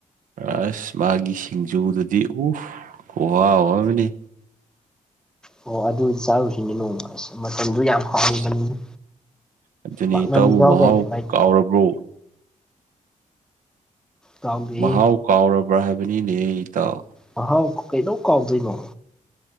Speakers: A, on the right; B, in the centre.
A: ꯑꯁ ꯃꯥꯒꯤ ꯁꯤꯡꯖꯨꯗꯨꯗꯤ ꯎꯐ ꯈꯨꯍꯥꯎ ꯑꯃꯅꯤ
B: ꯍꯣ ꯑꯗꯨ ꯆꯥꯔꯨꯁꯤꯅꯦ ꯅꯣꯡꯃ ꯑꯁ ꯃꯇꯝꯗꯨ ꯌꯥꯝ ꯍꯥꯎꯕꯅꯤꯅꯦ
A: ꯑꯁ ꯑꯗꯨꯅꯤ
B: ꯄꯥꯛꯅꯝꯁꯨ
A: ꯏꯇꯥꯎꯕꯨ
B: ꯌꯥꯎꯗꯥꯏꯅꯦ
A: ꯃꯍꯥꯎ
B: ꯃꯥꯏꯗꯣ
A: ꯀꯥꯎꯔꯕ꯭ꯔꯣ
B: ꯀꯥꯎꯗꯦꯍꯦ
A: ꯃꯍꯥꯎ ꯀꯥꯎꯔꯕ꯭ꯔꯥ ꯍꯥꯏꯕꯅꯤꯅꯦ ꯢꯇꯥꯎ
B: ꯃꯍꯥꯎ ꯀꯩꯗꯧ ꯀꯥꯎꯗꯣꯏꯅꯣ